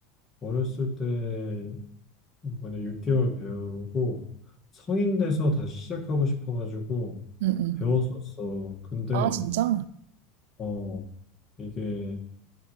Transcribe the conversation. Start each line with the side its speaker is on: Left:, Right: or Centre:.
Left: 어렸을 때 이번에 6개월 배우고 성인 돼서 다시 시작하고 싶어가지고
Right: 응응.
Left: 배웠었어. 근데
Right: 아, 진짜?
Left: 어, 이게